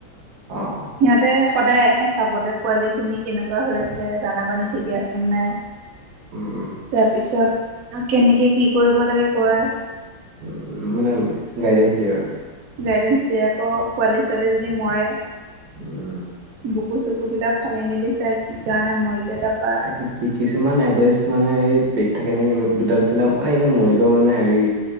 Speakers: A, on the right (about 60°); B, on the right (about 75°).
A: অ অ
B: সিহঁতে সদায়ে চাবলে পোৱালি খিনি কেনেকুৱা হৈ আছে দানা পানী ঠিকেই আছেনে নাই
A: <inaudible> উম
B: তাৰপিছত কেনেকে কি কৰিব লাগে কয়
A: উ মানে গাইডেন্স দিয়ে আৰু
B: গাইডেন্স দিয়ে আকৌ পোৱালী ছোৱালী যদি মৰে
A: উম
B: বুকু চুকু বিলাক ফালি মেলি চাই কি কাৰণে মৰিলে তাপা
A: কি কি কিছুমান এলেজ মানে এই পেক থাকে নে দুটা তিনটা মানে এনে মৰিলেও মানে হেৰি